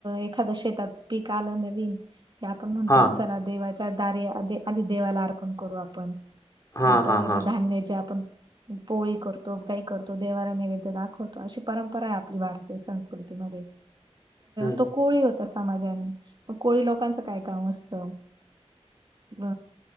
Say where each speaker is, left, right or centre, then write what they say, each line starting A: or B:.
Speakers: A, on the right; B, on the left.
A: एखाद शेतात पीक आल नवीन हे आपण म्हणतो
B: हा
A: चला देवाच्या दारी आधी आधी देवाला अर्पण करू आपण.
B: हा
A: मग
B: हा
A: पहिले
B: हा
A: ते धान्याची आपण पोळी करतो. काही करतो देवाला नैवेद्य दाखवतो. अशी परंपरा आहे आपली भारतीय संस्कृतीमध्ये.
B: हम्म
A: तो कोळी होता. स समाजाने मग कोळी लोकांच काय काम असत. अ